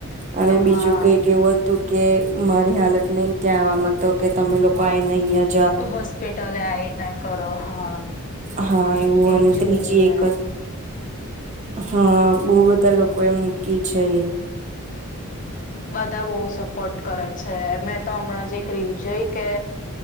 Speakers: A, on the right (about 30°); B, on the left (about 35°).
A: અને બીજું
B: હા
A: કઈક એવું હતું કે મારી હાલત નહી, ત્યાં આવામાં તો કે તમે લોકો આઈને અહં,
B: હોસ્પિટલ આવી ના કરો હા,
A: હા એવું
B: એ
A: અને
B: જોયું
A: ત્રીજી
B: મેં
A: એક, હા બહુ બધા લોકો એ મૂકી છે.
B: બધા બહુ સપોર્ટ કરે છે મેં તો હમણાં જે રીલ જોઈ કે,